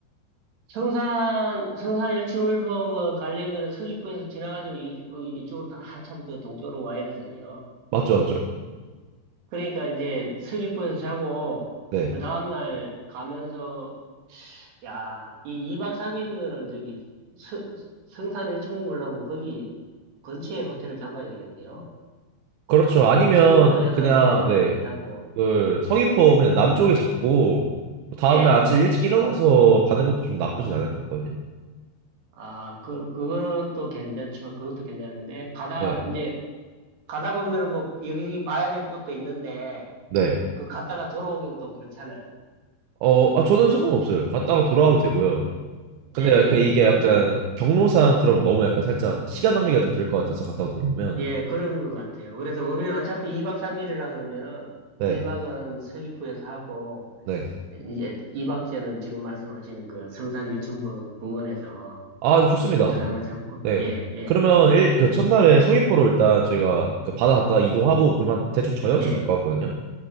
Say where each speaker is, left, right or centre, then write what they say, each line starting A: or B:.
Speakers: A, on the right (about 65°); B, on the right (about 80°).
A: 성산, 성산 일출을봉을 가려면 서귀포에서 지나가지고 이, 이쪽으로 더 한참 더 동쪽으로 와야 되잖아요.
B: 맞죠, 맞죠?
A: 그러니까 이제 서귀포에서 자고,
B: 네.
A: 그 다음날 가면서, 야, 이 2박 3일이면은 저기 서, 성산 일출봉 보려면 거기 근처에 호텔을 잡아야 되겠네요.
B: 그렇죠.
A: 그죠?
B: 아니면
A: 서귀포에서,
B: 그냥
A: 예,
B: 네.
A: 한번 잡고,
B: 그 서귀포 그냥 남쪽에 잡고 다음
A: 예.
B: 날 아침 일찍 일어나서 가는 것도 좀 나쁘진 않을 것 같거든요.
A: 아, 그, 그것도 괜찮죠. 그것도 괜찮은데, 가다,
B: 네.
A: 이제, 가다 보면은 뭐 여기저기 봐야 될 곳도 있는데
B: 네.
A: 그 갔다가 돌아오긴 또 그렇잖아요.
B: 어, 아, 저는 상관없어요. 갔다가 돌아와도 되고요. 근데
A: 예,
B: 그 이게
A: 뭐
B: 약간
A: 좀,
B: 경로상 그럼 너무 약간 살짝 시간 낭비가 좀 될 것 같아서 갔다가 돌아오면
A: 예, 그런 것 같아요. 그래서 우리는 어차피 2박 3일이라 그러면은
B: 네.
A: 1박은 서귀포에서 하고
B: 네.
A: 이제 2박째는 지금 말씀하시는 그 성산 일출봉 부근에서
B: 아, 좋습니다.
A: 호텔 하나 잡고
B: 네.
A: 예, 예,
B: 그러면 일, 그 첫날에 서귀포로 일단 저희가 그 바다 갔다 이동하고 그러면 대충 저녁쯤
A: 예,
B: 될 것 같거든요.